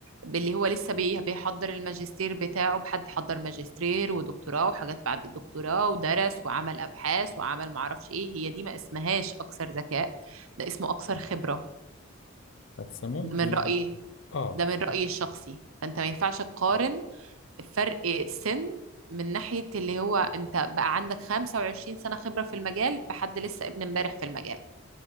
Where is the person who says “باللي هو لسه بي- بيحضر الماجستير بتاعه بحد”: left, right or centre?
Right